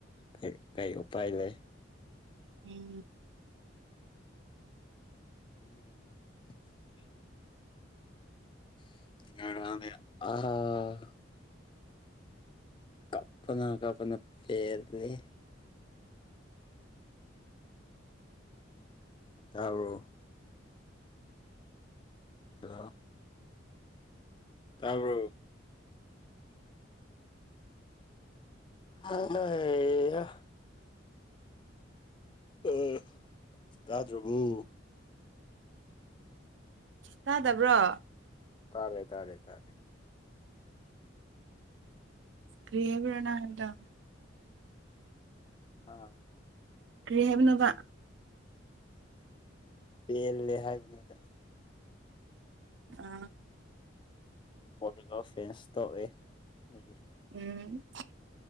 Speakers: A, on the left; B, on the right.
A: ꯀ ꯀꯩ ꯎꯄꯥꯏ ꯂꯩ
B: ꯎꯝ
A: ꯑꯣ ꯑ ꯀꯄꯅ ꯀꯄꯅ ꯄꯔ ꯂꯩ ꯇꯥꯔ ꯀ ꯇꯥꯔꯕ ꯑꯌꯦ ꯎꯝ ꯇꯥꯗ꯭ꯔꯚꯨ
B: ꯇꯗꯕ꯭ꯔꯣ
A: ꯇꯥꯔꯦ ꯇꯥꯔꯦ ꯇꯥꯔꯦ
B: ꯀꯔꯤꯌꯥꯕꯅ ꯍꯥꯏꯗ
A: ꯑꯥ
B: ꯀꯩꯍꯥꯏꯕꯅꯣꯕ
A: ꯄꯦꯜꯂꯦ ꯍꯥꯏꯕꯅꯤꯗ
B: ꯑꯥ
A: ꯄꯣꯂꯤꯀꯦꯜ ꯐꯦꯟꯁ ꯊꯣꯛꯧꯑꯦ ꯑꯩꯗꯤ
B: ꯎꯝ